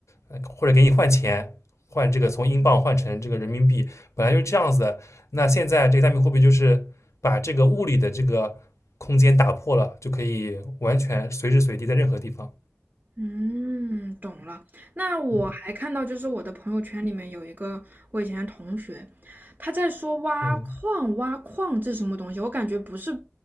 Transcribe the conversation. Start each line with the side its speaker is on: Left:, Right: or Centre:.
Left: 呃或者给你换钱，换这个从英镑换成这个人民币，本来就是这样子那现在这个加密货币就是把这个物理的这个空间打破了，就可以完全随时随地在任何地方。
Right: 嗯，懂了。那我还看到，
Left: 嗯
Right: 就是我的朋友圈里面有一个我以前的同学，他在说挖矿，
Left: 嗯，
Right: 挖矿这是什么东西？我感觉不是，